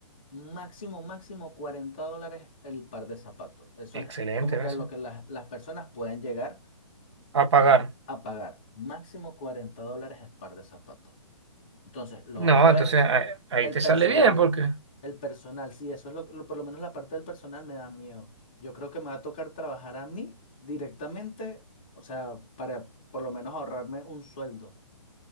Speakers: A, on the left; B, on the right.
A: máximo, máximo 40 dólares el par de zapatos. Eso
B: Excelente,
A: es como
B: gracias.
A: que lo que las, las personas pueden llegar
B: A pagar.
A: a pagar. Máximo 40 dólares el par de zapatos. Entonces, lo
B: No,
A: otro
B: entonces
A: es
B: ahí, ahí
A: el
B: te
A: personal,
B: sale bien porque
A: el personal, sí, eso es lo, lo- por lo menos la parte del personal me da miedo. Yo creo que me va a tocar trabajar a mí directamente, o sea, para por lo menos ahorrarme un sueldo.